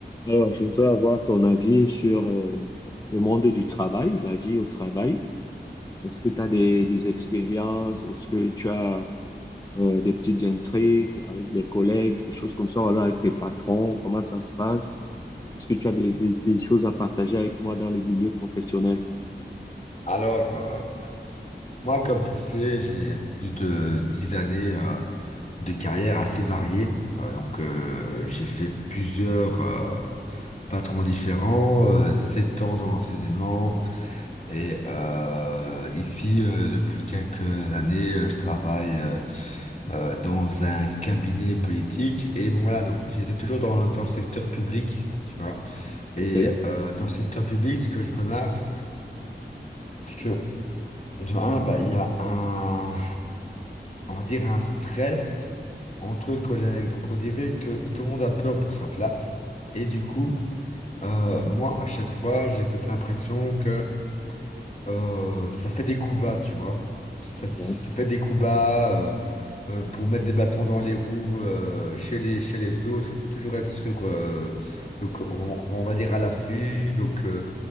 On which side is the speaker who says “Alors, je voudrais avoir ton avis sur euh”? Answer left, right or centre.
Left